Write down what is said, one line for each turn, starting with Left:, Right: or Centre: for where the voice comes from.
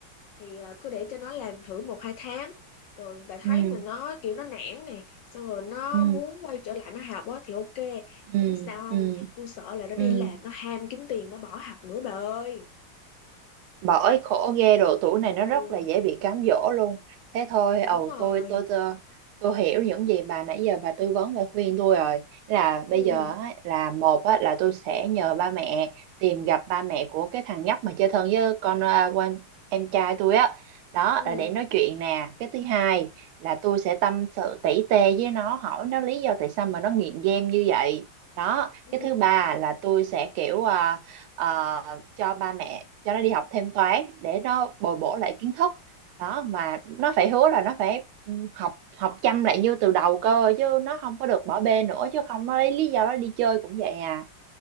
Left: thì à, cứ để cho nó làm thử một hai tháng. Rồi bà thấy
Right: ừ
Left: mình nó kiểu nó nản nè, xong rồi nó
Right: ừ
Left: muốn quay trở lại nó học á thì ok.
Right: ừ
Left: Bà biết sao không?
Right: ừ
Left: Tôi sợ là nó đi
Right: ừ
Left: làm nó ham kiếm tiền nó bỏ học nữa bà ơi.
Right: bởi khổ ghê độ tuổi này nó
Left: Ừ,
Right: rất là dễ bị cám dỗ luôn thế thôi
Left: đúng
Right: ầu
Left: rồi.
Right: tôi tôi tôi tôi hiểu những gì bà nãy giờ bà tư vấn và khuyên tôi rồi là
Left: ừ
Right: bây giờ á, là một á, là tôi sẽ nhờ ba mẹ tìm gặp ba mẹ của cái thằng nhóc mà chơi thân với con à, quan- em trai tôi á đó
Left: ừ
Right: là để nói chuyện nè cái thứ hai là tôi sẽ tâm sự tỉ tê với nó hỏi nó lý do tại sao mà nó nghiện game như vậy đó
Left: ừ
Right: cái thứ ba là tôi sẽ kiểu à, ờ, cho ba mẹ cho nó đi học thêm toán để nó bồi bổ lại kiến thức đó mà nó phải hứa là nó phải ừ, học học chăm lại như từ đầu cơ chứ nó không có được bỏ bê nữa chứ không nó lấy lý do nó đi chơi cũng vậy à